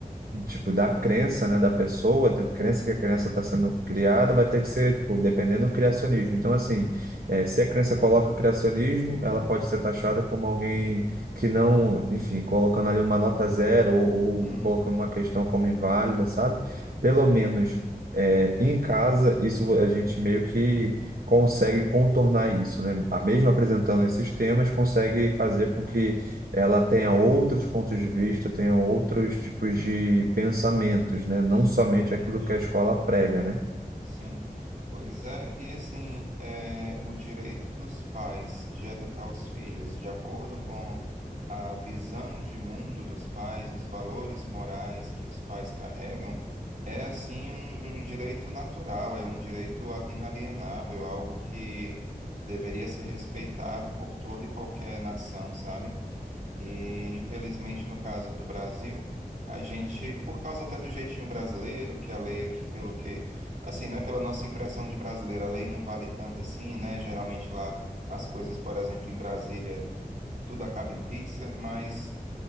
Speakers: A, on the right; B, on the right.
A: tipo da crença, né, da pessoa, da crença que a criança está sendo criada, vai ter que ser tipo dependendo do criacionismo. Então assim, é, se a criança coloca criacionismo, ela pode ser taxada como alguém que não, enfim, colocando ali uma nota zero ou,
B: Uhum.
A: ou colocando uma questão como inválida, sabe? Pelo
B: Sim,
A: menos é, em casa, isso a gente meio que consegue contornar isso, né? A mesmo apresentando esses temas, consegue fazer com que ela tenha outros pontos de vista, tenha outros tipos de pensamentos, né? Não
B: exatamente.
A: somente aquilo que a escola prega, né?
B: Sim. Pois é, e assim, é, o direito dos pais de educar os filhos de acordo com a visão de mundo dos pais, os valores morais que os pais carregam, é assim um, um direito natural, é um direito a- inalienável, algo que deveria ser respeitado por toda e qualquer nação, sabe? E, infelizmente, no caso do Brasil, a gente, por causa até do jeitinho brasileiro, que a lei aqui, pelo que, assim, né, pela nossa impressão de brasileiro, a lei não vale tanto assim, né? Geralmente lá as coisas, por exemplo, em Brasília, tudo acaba em pizza, mas